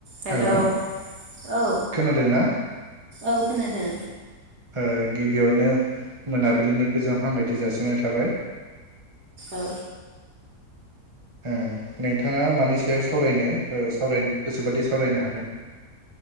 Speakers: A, on the right (about 75°); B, on the right (about 20°).
A: हेल
B: hello
A: औ
B: खोनादोंना
A: औ खोनादों
B: ओ गिबियावनो मोनाबिलिनि गोजों हामलायथि जासिनाय थाबाय।
A: ओ
B: ओ नोंथाङा मानि सायाव सावरायनो ओ सावरायनो गोसोबादि सावरायनो हागोन।